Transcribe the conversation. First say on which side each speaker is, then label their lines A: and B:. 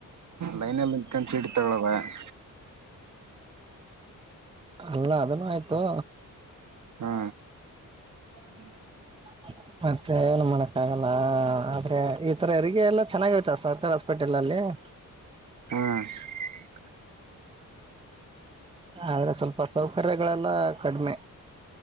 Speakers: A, on the right (about 60°); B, on the right (about 15°).
A: ಲೈನಲ್ಲಿ ನಿಂತಕಂಡ ತುಗೋಳೋದ.
B: ಅಲ್ಲ ಅದನ್ನು ಆಯ್ತು.
A: ಹಾ <inaudible>
B: <inaudible> ಮತ್ತೆ ಏನ್ ಮಾಡಕ್ಕ ಆಗಲ್ಲ ಆದ್ರೆ ಈ ತರ ಹೆರಿಗೆ ಎಲ್ಲ ಚೆನ್ನಾಗಿರತ್ತ ಸರ್ಕಾರಿ ಹಾಸ್ಪಿಟಲ್ ಅಲ್ಲಿ <inaudible>
A: ಹ್ಮ.
B: ಆದ್ರ ಸ್ವಲ್ಪ ಸೌಕರ್ಯಗಳೆಲ್ಲ ಕಡಿಮೆ.